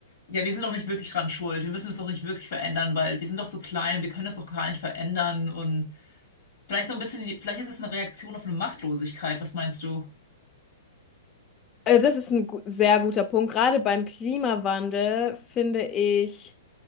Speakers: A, on the left; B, on the left.
A: Ja, wir sind doch nicht wirklich dran schuld. Wir müssen es doch nicht wirklich verändern, weil wir sind doch so klein wir können das doch gar nicht verändern. Und vielleicht so ein bisschen, vielleicht ist es eine Reaktion auf eine Machtlosigkeit. Was meinst du?
B: Also das ist ein gu sehr guter Punkt. Gerade beim Klimawandel finde ich,